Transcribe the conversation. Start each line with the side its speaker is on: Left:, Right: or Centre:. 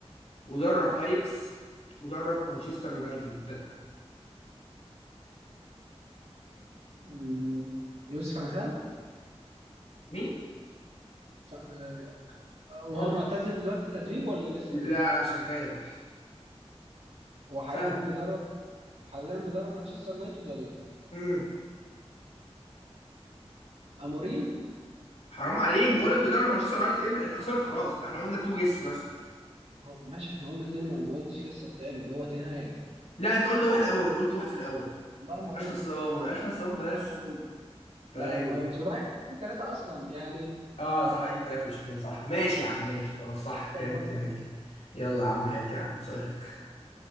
Left: ودرب اياكس ودرب مانشستر يونايتد
Right: مم. لويس فان خال
Left: مين
Right: ف... آه، وهو
Left: غلط
Right: معتزل دلوقتي التدريب ولا لسه
Left: لا
Right: بدأ؟
Left: شغال
Right: هو حاليا
Left: سهل
Right: بيدرب حاليا بيدرب مانشستر يونايتد ولا
Left: امم
Right: اموريم
Left: حرام عليك
Right: بس
Left: بقول لك بيدرب مانشستر يونايتد ابلع انت خسرت خلاص ده احنا قلنا تو جيس بس
Right: هو- ماشي احنا قلنا اتنين ما انا ما قلتش لسه التاني هو تنهاج
Left: لا انت قلت واحد اول قلت واحد في الاول
Right: والله
Left: ما تبقاش
Right: ما قلت
Left: نصاب ما تبقاش نصاب بس
Right: والله ما قلت
Left: طيب
Right: لا لا ما
Left: ماشي.
Right: قلتش يبقى احنا اتنين تلاته اصلا يعني
Left: اه صح اتنين تلاته مش اتنين صح ماشي يا عم ماشي خلاص صح
Right: انت
Left: يعني
Right: اللي بطل
Left: اتنين هيك
Right: بس
Left: يلا يا عم هات يا عم سؤالك